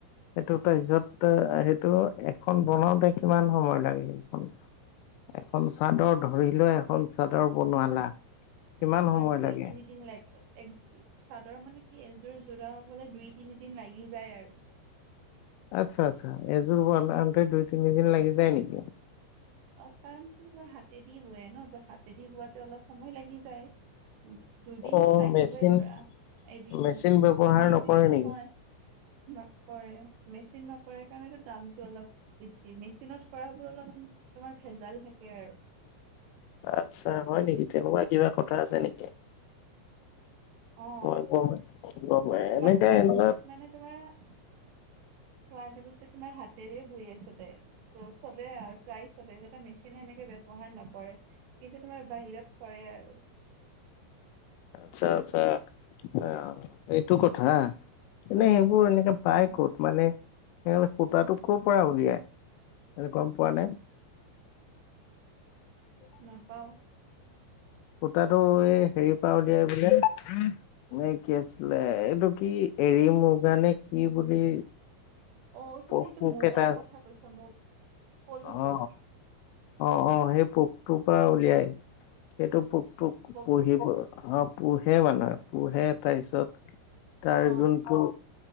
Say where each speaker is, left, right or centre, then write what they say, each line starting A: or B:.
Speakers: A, on the left; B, on the right.
A: সেইটো তাৰপিছত সেইটো এখন বনাওঁতে কিমান সময় লাগে সেইখন। এখন চাদৰ ধৰি লৈ এখন চাদৰ বনোৱালা। কিমান
B: পাক
A: সময়
B: দুই
A: লাগে?
B: তিনি দিন লাগে। চাদৰ মানে কি এযোৰ যোৰা হ'বলৈ দুই তিনিদিন লাগি যায় আৰু।
A: আচ্ছা আচ্ছা এযোৰ বনাওতে দুই তিনিদিন লাগি যায় নেকি?
B: কাৰণটো হল হাতেদি বোৱে ন তো হাতেদি বোৱাতে অলপ সময় লাগি যায়। দুদিনটো
A: অ
B: লাগিবই
A: মেচিন
B: ধৰা এদিন
A: মেচিন
B: দুদিন
A: ব্যৱহাৰ
B: মেচিন
A: নকৰে
B: নহয়।
A: নেকি?
B: নকৰে মেচিন নকৰে কাৰণেটো দামটো অলপ- বেছি মেচিনত কৰাবোৰ অলপমান তোমাৰ ভেজাল থাকে আৰু।
A: আচ্ছা হয় নেকি তেনেকোৱা কিবা কথা আছে নেকি?
B: অ,
A: মই গম গম
B: তোমাৰ
A: এনেকে
B: শুৱালকুছিত
A: এনেকুৱা
B: মানে তোমাৰ- শুৱালকুছিত তোমাৰ হাতেৰে বোৱে চবে ত' চবে আৰু- প্ৰায় চবে যাতে মেচিনে সেনেকে ব্যৱহাৰ নকৰে কিন্তু তোমাৰ বাহিৰত কৰে আৰু।
A: আচ্ছা আচ্ছা, আ এইটো কথা এনেই সেইবোৰ এনেকে- পাই
B: অ
A: ক'ত মানে, সেই সূতাটো কৰ পৰা উলিয়াই গম পোৱা নাই?
B: নাপাওঁ।
A: সূতাটো এই হেৰি পৰা উলিয়ায় বোলে। মানে কি আছিলে এইটো কি এৰী মুগা নে কি বুলি
B: অ
A: পোক
B: তুমি এইটো মুগাৰ
A: এটা আছে।
B: কথা কৈছা মুগ পলু পোক
A: অ অ অ সেই পোকটোৰ পৰা উলিয়াই। সেইটো পোকটোক
B: পোক
A: পুহিব অ পোহে মানুহে পোহে। তাৰ পিছত তাৰ
B: অ
A: যোনটো